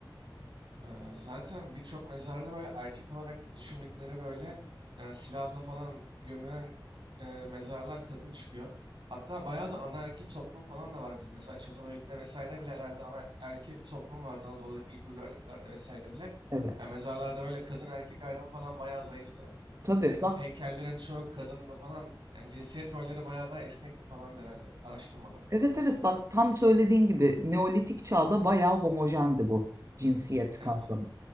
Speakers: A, on the right (about 75°); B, on the right (about 40°).
A: Ee, zaten birçok mezarda böyle erkek olarak düşündükleri böyle e, silahla falan gömülen e, mezarlar kadın çıkıyor. Hatta bayağı da anaerkil toplum falan da var. bil- Mesela Çatalhöyük'te vesaire bile herhalde anaerkil bir toplum vardı Anadolu'daki ilk uygarlıklarda vesaire bile.
B: Evet.
A: E, mezarlarda böyle kadın erkek ayrımı falan bayağı zayıftı.
B: Tabii
A: Yani
B: bak.
A: heykellerin çoğu kadındı falan. Yani cinsiyet rolleri bayağı daha esnekti falan herhalde araştırmalarda.
B: Evet evet bak tam söylediğin gibi Neolitik çağda bayağı homojendi bu cinsiyet
A: Evet.
B: kavramı.